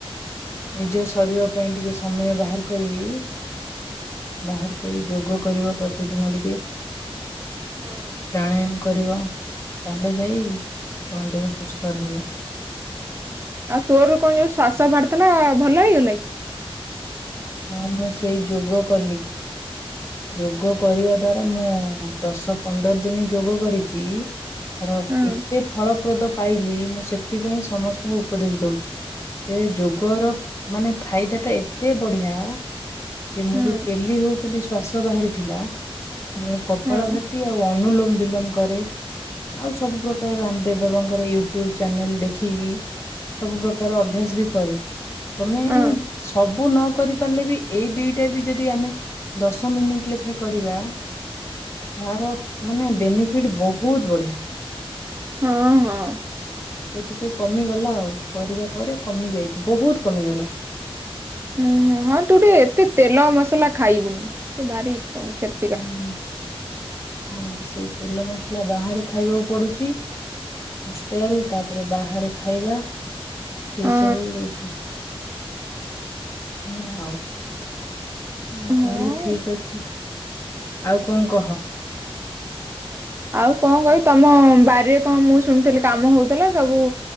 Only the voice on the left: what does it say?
ନିଜ ଶରୀର ପାଇଁ ଟିକେ ସମୟ ବାହାର କରିକି ବାହାର କରି ଯୋଗ କରିବ ପ୍ରତିଦିନ ଟିକେ।
ପ୍ରାଣାୟାମ କରିବ, ତାହେଲେ ଯାଇ ତମ ଦେହ ସୁସ୍ଥ ରହିବ।
ହଁ ମୁଁ ସେଇ ଯୋଗ କଲି। ଯୋଗ କରିବା ଦ୍ଵାରା ମୁଁ ଦଶ ପନ୍ଦର ଦିନ ଯୋଗ କରିଚି ତାର
ଏତେ ଫଳପ୍ରଦ ପାଇଲି ମୁଁ ସେଥିପାଇଁ ସମସ୍ତଙ୍କୁ ଉପଦେଶ ଦଉଚି। ଏ ଯୋଗର ମାନେ ଫାଇଦା ଟା ଏତେ ବଢିଆ ଯେ ମୁଁ
ଯୋଉ ପେଲି ହଉଥିଲି ଶ୍ଵାସ ବାହାରିଥିଲା, ମୁଁ କପାଳ
ଭାତି ଆଉ ଆ ଅନୁଲୋମ ବିଲୋମ କରେ। ଆଉ ସବୁ ପ୍ର୍ରକାର ରାମଦେବ ବାବାଙ୍କର ୟୁଟ୍ୟୁବ ଚ୍ୟାନେଲ ଦେଖିକି ସବୁ ପ୍ରକାର ଅଭ୍ୟାସ ବି କରେ। ତମେ
ସବୁ ନ କରି ପାରିଲେ ବି ଏଇ ଦିଇଟା ବି ଯଦି ଆମେ ଦଶ ମିନିଟ୍ ଲେଖା କରିବା ତାର ମାନେ ବେନିଫିଟ ବହୁତ ବଢିଆ।
ସେ ଟିକେ କମିଗଲା ଆଉ କରିବା ପରେ କମି ଯାଇଚି ବହୁତ କମିଗଲା।
ହୁଁ ହଁ ସେ ତେଲ ମସଲା ବାହାରେ ଖାଇବାକୁ ପଡୁଚି। ହଷ୍ଟେଲ ତାପରେ ବାହାରେ ଖାଇବା ସେଇ
ସବୁ ଏଇଆ ଆଉ ଆଉ
ତାହେଲେ ଠିକ ଅଛି। ଆଉ କଣ କହ।